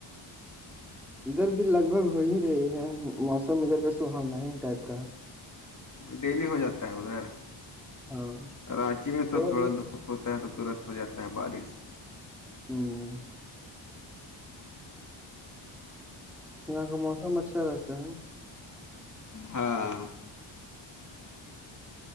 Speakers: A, in the centre; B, on the left (about 35°).
A: ادھر بھی لگ بھگ ہو ہی رہی ہے موسم ادھر کا سہونا ہی ٹائپ کا ہے
B: ڈیلی ہو جاتا ہے ادھر
A: ہاں
B: رانچی میں تو تھوڑا
A: بہت
B: دھپ
A: ہے
B: ہو ط تو ترت ہو جاتا ہے بارش
A: ہوں یہ کا موسم اچھا رہتا ہے
B: ہاں